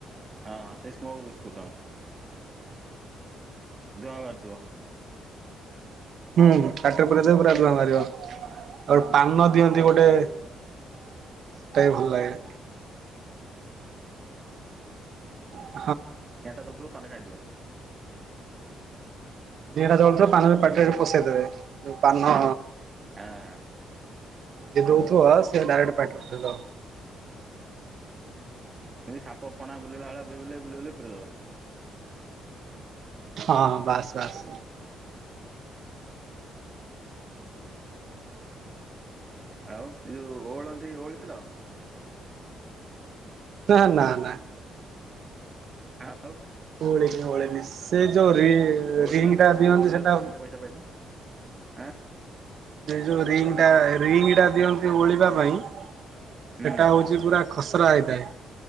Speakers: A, on the right; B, on the right.
A: ହଁ ହଁ ସେଇ ସ୍ମୋକ ବିସ୍କୁଟ ହଁ। ଧୂଆଁ ବାହାରୁଥିବ।
B: ହୁଁ ପଟିରେ ପରେଇଦେଲେ ପୁରା ଧୁଆଁ ବାହାରିବ ଆଉ ପାନ ଦିଅନ୍ତି ଗୋଟେ ସେଟା ବି ଭଲ ଲାଗେ। ହ
A: <unintelligible> ଥିବ
B: ଦିଟା ଚଳୁଥିବ ପାନରେ ପାଟିରେ ପଷେଇଦେବେ ଯୋଉ ପାନ
A: ହାଃ।
B: ଯେ ଦଉଥିବ ସେ ଡାଇରେକ୍ଟ ପତିରେ ପୁରେଇଦବ।
A: ଏ ସାପ ଫଣା ବୁଲିଲଲା ପରି ବୁଲେଇ ବୁଲେଇ ପୁରେଇଦବ।
B: ହଁ ହଁ ବାସ୍ ବାସ୍।
A: ଆଉ ଏ ଯୋଉ ଓହୋଲାନ୍ତି ସେ ଓହୋଳିଥିଲ?
B: ନା ନା ନା
A: ଆଉ
B: ଓହୋଲେନି ଓହୋଲେଣି ସେ ଜୋ ରି
A: ଓହଳିଲନି
B: ରିଙ୍ଗ ଟା ଦିଅନ୍ତି
A: ଓହଳିଲେ
B: ସେଟା
A: ପଇସା ପାଇଲ ଆଁ
B: ସେ ଯୋଉ ରିଙ୍ଗ ଟା ରିଙ୍ଗ ଟା ଦିଅନ୍ତି ଓଳିବା ପାଇଁ
A: ହୁଁ
B: ସେଟା ହଉଛି ପୁରା ଖସରା ହେଇଥାଏ